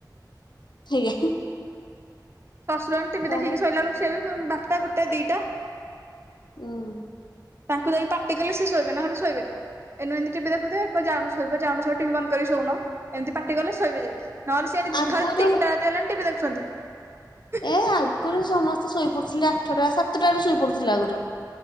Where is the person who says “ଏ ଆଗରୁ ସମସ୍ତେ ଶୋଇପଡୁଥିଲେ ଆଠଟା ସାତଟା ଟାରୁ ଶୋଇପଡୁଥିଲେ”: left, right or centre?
Left